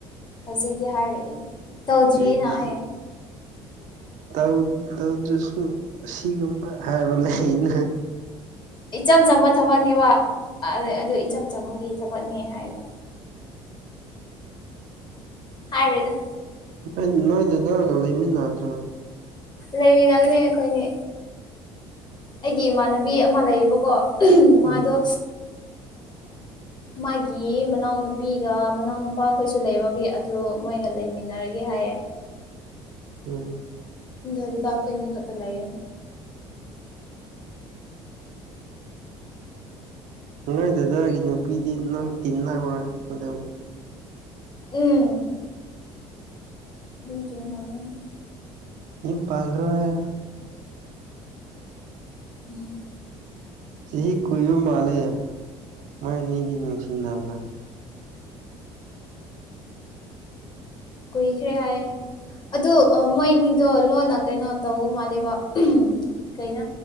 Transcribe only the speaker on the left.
ꯍꯧꯖꯤꯛꯀꯤ ꯍꯥꯏꯔꯛꯑꯦ ꯇꯧꯗ꯭ꯔꯤꯌꯦꯅ
ꯑꯩ
ꯏꯆꯝ ꯆꯝꯕ ꯊꯕꯛꯅꯦꯕ ꯑꯗꯨ ꯏꯆꯝ ꯆꯝꯕꯒꯤ ꯊꯕꯛꯅꯦ ꯍꯥꯏꯕ ꯍꯥꯏꯗ
ꯂꯩꯃꯤꯟꯅꯒꯅꯦ ꯑꯩꯈꯣꯏꯅꯦ ꯑꯩꯒꯤ ꯏꯃꯥꯟꯅꯕꯤ ꯑꯃ ꯂꯩꯌꯦꯕꯀꯣ ꯃꯥꯗꯣ
ꯃꯥꯒꯤ ꯃꯅꯥꯎꯅꯨꯄꯤꯒ ꯃꯅꯥꯎꯅꯨꯄꯥꯈꯣꯏꯁꯨ ꯂꯩꯕꯒꯤ ꯑꯗꯨꯗ ꯃꯣꯏꯒ ꯂꯩꯃꯤꯟꯅꯔꯒꯦ ꯍꯥꯏꯌꯦ
ꯗ ꯑꯗꯨꯗꯥꯥꯎ ꯈ ꯃꯤ ꯈꯥ ꯇ ꯂꯩꯥꯏ
ꯎꯝ ꯑꯗꯨꯝ ꯀꯔꯤꯥꯕꯅꯦ
ꯎꯝ
ꯀꯣꯏꯈꯔꯦꯌꯦ ꯑꯗꯨ ꯃꯣꯏꯅꯤꯗꯣ ꯂꯣꯟꯅ ꯀꯩꯅꯣ ꯇꯧ ꯃꯥꯜꯜꯂꯤꯕ ꯀꯩꯅ